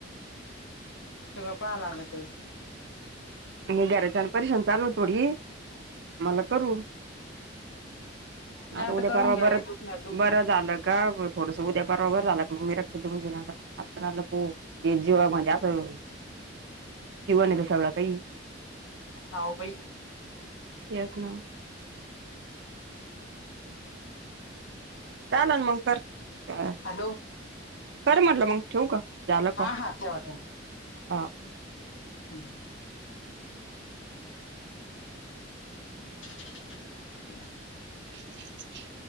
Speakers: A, on the left; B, on the right.
A: ट गं पाहा लागते.
B: मी घराच्यान परीक्षण चालू थोडी मला करू.
A: नाही
B: आता उद्या परवा
A: करून घ्या
B: बरत
A: हे दुखण्यात दुखणं
B: बरं
A: हम्म.
B: झालं का ब थोडसा उद्या बरोबर झालं क मग मी रक्त देऊन <unintelligible> को. हे जीवा म्हणजे असं जीवन आहे त सगळं काही.
A: हाव बाई.
B: तेयच नावं चालल मंग कर <unintelligible>
A: हॅलो
B: कर म्हटलं मंग ठेवू का? झालं कॉल
A: हा हा ठेवा ठेवा.
B: हा
A: हम्. <inaudible>
B: <inaudible>